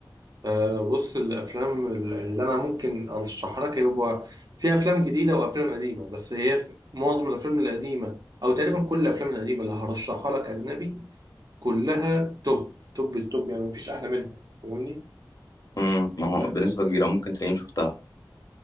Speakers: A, on the right; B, on the left.
A: آه بص الافلام اللي انا ممكن ارشحها لك هو في افلام جديده وافلام قديمه بس هي في معظم الافلام القديمه او تقريبا كل الافلام القديمه اللي هرشحها لك اجنبي كلها توب توب التوب يعني مفيش احلى منها فاهمني
B: امم ما هو
A: آه،
B: بنسبة كبيرة ممكن تلاقيني شفتها